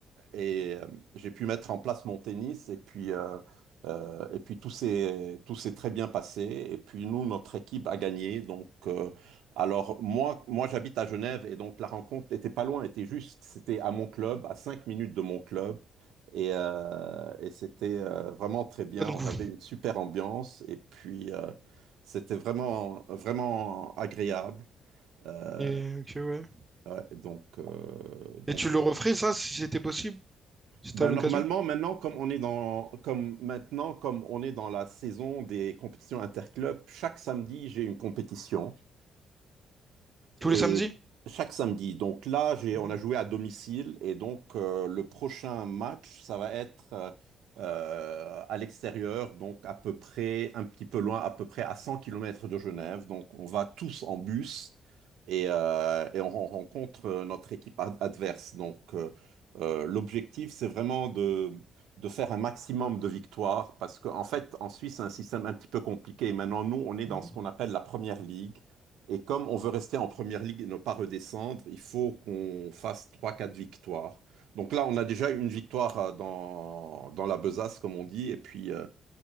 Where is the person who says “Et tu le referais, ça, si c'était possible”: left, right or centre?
Right